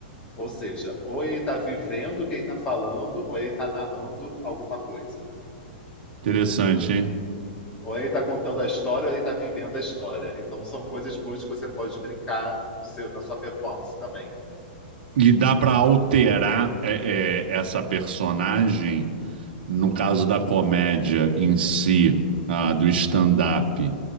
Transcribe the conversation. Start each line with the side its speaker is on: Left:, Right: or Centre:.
Left: Ou seja, ou ele está vivendo o que ele está falando, ou ele está narrando alguma coisa.
Right: Interessante, hein?
Left: Ou ele está contando a história, ou ele está vivendo a história. Então, são coisas boas que você pode brincar no seu- na sua performance também.
Right: E dá para alterar é, é, essa personagem, no caso da comédia em si, ah, do stand-up,